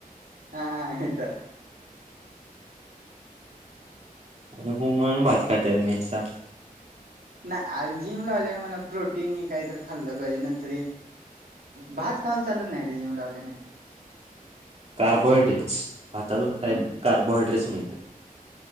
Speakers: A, on the right; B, on the right.
A: हा हा आयता.
B: आणि हो म्हणून भात खात मेसचा.
A: नाही जिम लावल्या मला प्रोटीन ही काही तर खाल्लं पाहिजे नंतर भात खाऊन चालत नाही रे जिम लावले नाही.
B: कार्बोहायड्रेट्स भातातून
A: हम्म
B: काय कार्बोहायड्रेट्स मिळतं.